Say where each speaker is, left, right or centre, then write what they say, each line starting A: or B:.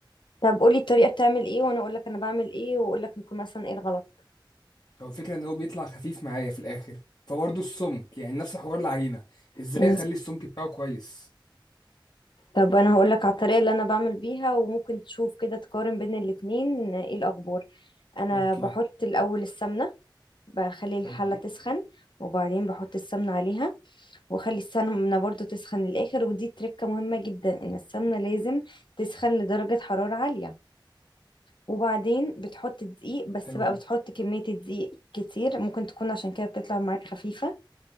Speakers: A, on the left (about 70°); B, on the left (about 50°).
A: طب قولي الطريقه بتعمل ايه وانا اقول لك انا بعمل ايه واقول لك ممكن مثلا ايه الغلط
B: هو الفكره ان هو بيطلع خفيف معايا في الاخر فبرضه السمك يعني نفس حوار العجينه ازاي
A: مم.
B: اخلي السمك بتاعه كويس
A: طب انا هقول لك على الطريقه اللي انا بعمل بيها وممكن تشوف كده تقارن بين الاتنين ايه الاخبار انا
B: اوكي
A: بحط الاول السمنه بخلي الحله
B: حلو مم.
A: تسخن وبعدين بحط السمنه عليها واخلي السمنة برضو تسخن للآخر ودي تركة مهمة جدا ان السمنة لازم تسخن لدرجة حرارة عالية وبعدين بتحط دقيق بس
B: حلو
A: بقى
B: قوي
A: بتحط كمية الدقيق كتير ممكن تكون عشان كده بتطلع معاك خفيفة